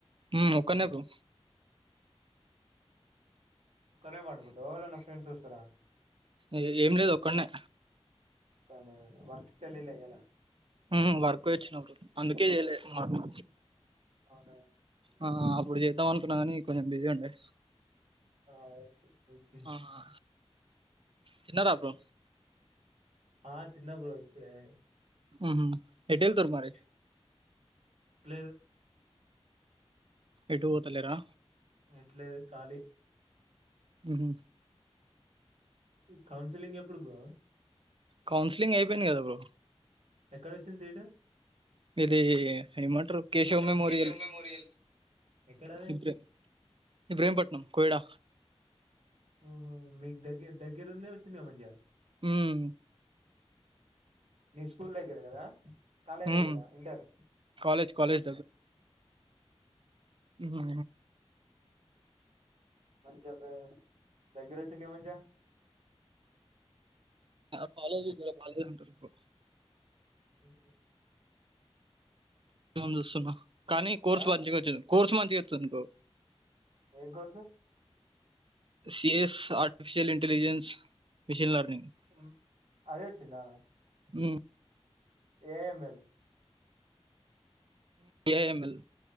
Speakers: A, on the right; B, on the right.
A: ఉ ఒక్కన్నే బ్రో
B: ఒక్కని వే పండుకుంటాబా ఏవలన్నా ఫ్రెండ్స్ వస్తరా
A: ఏ ఏం లేదు ఒక్కనే
B: కాదే వర్క్ ఏమి ఇయలేదు కదా
A: ఉహు వర్క్ వచ్చినప్పుడు అందుకే చేయలేదు మాకు
B: అవునా
A: ఆ అప్పుడు చేద్దాం అనుకున్నా కానీ కొంచెం బిజీ ఉండే
B: ఆ ఓకే ఓకే
A: ఆహా తిన్నారా బ్రో
B: ఆ తిన్న బ్రో ఇప్పుడే
A: ఉహు ఎటు ఎల్లుతురు మ
B: ఏ లేదు
A: ఎటు పోతలేరా
B: ఇట్లే ఖాళీ
A: ఉహు
B: కౌన్సిలింగ్ ఎప్పుడు బ్రో
A: కౌన్సిలింగ్ అయిపోయింది కదా బ్రో
B: ఎక్కడ వచ్చింది సీటు
A: ఇది ఏమాంటారు కేశవ్
B: ఏమంటారు
A: మెమోరియల్
B: కేశవ్ మెమోరియల్ ఎక్కడది
A: ఇబే ఇబ్రహీంపట్నం కోయిడా
B: ఓహో మీకు దగ్గర దగ్గరుందే వచ్చింది కదా మంచిగా
A: ఉమ్
B: నీ స్కూల్ దగ్గర కదా కాలేజ్
A: ఉమ్
B: దగ్గర ఇంటర్
A: కాలేజ్ కాలేజ్ ఉ
B: మంచిగా దగ్గిర వచ్చింది కదా మంచిగా
A: ఆ కాలేజ్ర దగ్గర బానే మంది ఉంటారు ఇప్పుడు
B: ఉ
A: చూస్తున్నా కానీ కోర్సు
B: ఆ
A: మంచిగా వచ్చింది కోర్సు మంచిగా వచ్చింది బ్రో
B: ఏం course
A: CAS artificial intelligence machine learning
B: ఉమ్, అదే వచ్చిందా
A: ఉమ్
B: ఏ ఎంఎల్
A: ఏ ఎంఎల్